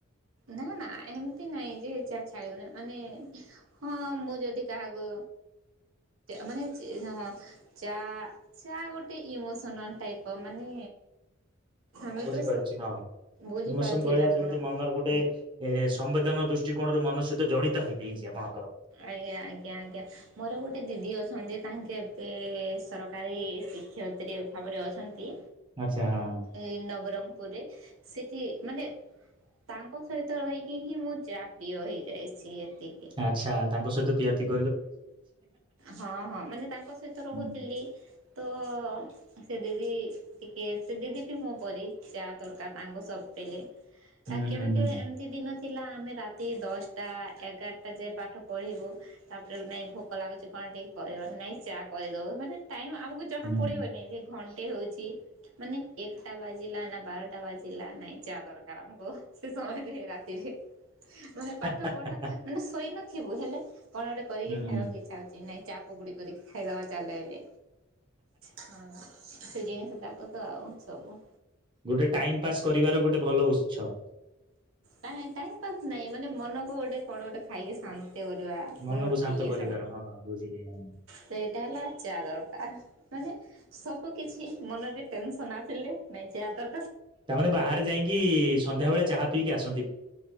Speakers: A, on the right; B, on the right.
A: ନା ନା ଏମିତି ନାଇଁ ଯେ ଚା ଛାବନି ମାନେ ହଁ ମୁଁ ଯଦି କାହାକୁ ମାନେ ହଁ ଚା ଚା ଗୋଟେ ଇମୋସନାଲ ଟାଇପ ମାନେ। ଆମେ
B: ବୁଝିପାରୁଛି
A: ତ।
B: ହଁ।
A: ବୁଝିପାରୁଥିବେ
B: ଇମୋସନ ଭଳିଆ
A: ଆପଣ
B: ଯେମତି ମନର ଗୋଟେ।
A: ହୁଁ
B: ସମ୍ବେଦନ ଦୃଷ୍ଟିକୋଣରୁ ମନ ସହିତ ଜଡ଼ିତ ହୋଇ ଦେଇେଇଛି ଆପଣଙ୍କ।
A: ଆଜ୍ଞା ଆଜ୍ଞା ଆଜ୍ଞା ମୋର ଗୋଟେ ଦିଦି ଅଛନ୍ତି ତାଙ୍କେ। ଏ ସରକାରୀ ଶିକ୍ଷୟିତ୍ରୀ ଭାବରେ ଅଛନ୍ତି।
B: ଆଛା ହଁ।
A: ଏଇ ନବରଙ୍ଗପୁରରେ ସେଠି ମାନେ ତାଙ୍କ ସହିତ ରହିକି ହିଁ ମୁଁ ଯା ପ୍ରିୟ ହେଇଯାଇଛି। ଏତିକି
B: ଆଛା ତାଙ୍କହିତ ପିଆ ପି
A: ହଁ ହଁ ମାନେ ତାଙ୍କ ସହିତ ରହୁଥିଲି
B: ହୁଁ
A: ତ ସେ ଦିଦି। ଟିକେ ସେ ଦିଦି ପ ମୁଁ ପ ଚା ତରକାରୀ ତାଙ୍ଗ ସବ ପଲେ <unintelligible>
B: ହୁଁ
A: ଆଉ କେବେ
B: ହୁଁ
A: କେବେ ଏମିତି ଦିନ। ଥିଲା ଆମେ ରାତି ଦଶଟା ଏଗାରଟା ଯାଏ ପାଠ ପଢ଼ିବୁ, ତାପ ନାଇଁ, ଭୋକ ଲାଗୁଛି କଣ ଟିକ କରିବାର ନାଇଁ ଚା କରିଦବୁ ମାନେ ଟାଇ ଆମକୁ ଜଣା
B: ହୁଁ
A: ପଡିବନି ଦି ଘ ଗୋେ ହଉଛି ମାନେ ଏକଟା ବାଜିଲା ନା ବାରଟା ବାଜିଲା ନାଇଁ ଯ ଦରକାର ଆମକୁ ସେ ସମୟରେ ରାତିରେ। ମାନେ ପାଠ
B: ହା ହା
A: ପଢା
B: ହା
A: ମାନେ ଶୋଇ ନଥିବୁ ହେଲେ କଣ ଗୋଟେ। ସ ଖାଇବାକୁ
B: ହୁଁ।
A: ଇଛାହଉଛି। ନାଇଁ ଚା ପକୁଡି କରିକି ଖାଇଦବା ଚାଲ ଏବେ। ହଁ। ସେ ଜିନିଷ ତାକୁ ତ ଆଉ ସବୁ
B: ଗୋଟେ ଟାଇମ୍ ପାସ୍ କରିବାର ଗୋଟେ ଭଲ ଉତ୍ସ।
A: ନାଇଁ ଟାଇମ ପାସ୍ ନାଇଁ ମାନେ ମନ କୁ ଗୋଟେ କଣ ଗୋଟେ ଖାଇକି ଶା କରିବା କଣ
B: ମନକୁ
A: ଗୋଟେ
B: ଶାନ୍ତ
A: ପି, ହଁ
B: କରିବାର ବୁଝିଲି ହଁ।
A: ସେ ଏଇଟା ହେଲା ଚା ଦରକାର ମାନେ ସବୁ କିଛି। ମନରେ ଟେନସନ୍ ଆସିଲେ ନାଇଁ ଯା ତର
B: ତାମାନେ ବାହାରେ ଯାଇକି ସନ୍ଧ୍ୟା ବେଳେ ଚାହା ପିଇକି ଆସ